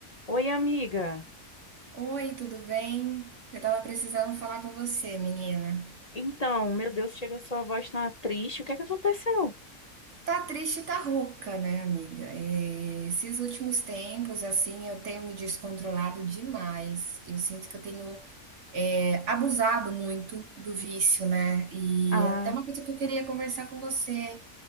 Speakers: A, on the left; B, on the right.
A: Oi, amiga.
B: Oi, tudo bem? Eu tava precisando falar com você, menina.
A: Então, meu Deus, chega, sua voz tá triste. O que é que aconteceu?
B: Tá triste, tá rouca, né, amiga? É, esses últimos tempos, assim, eu tenho me descontrolado demais. Eu sinto que eu tenho, é, abusado muito do vício, né? E
A: Ah,
B: é até uma coisa que eu queria conversar com você.